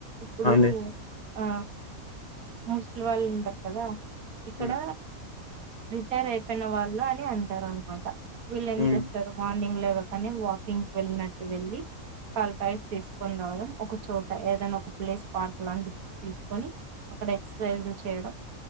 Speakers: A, on the right; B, on the left.
A: ఇప్పుడు
B: అండి
A: ఆ ముూసలి వాళ్ళు ఉంటారు కదా ఇక్కడ
B: మ్మ్
A: రిటైర్ అయిపోయిన వాళ్ళు అని అంటారు అనమాట వీళ్ళు ఏం
B: మ్మ్
A: చేస్తారు మా మార్నింగ్ లేవ కాని వాకింగ్కి వెళ్ళినట్టు వెళ్ళి పాల ప్యాకెట్ తీసుకున్నా వడం ఒక చోట ఏదనా ఒక ప్లేస్ పార్క్ లాంటి తీసుకొని అక్కడ ఎక్సర్సైజ్ చేయడం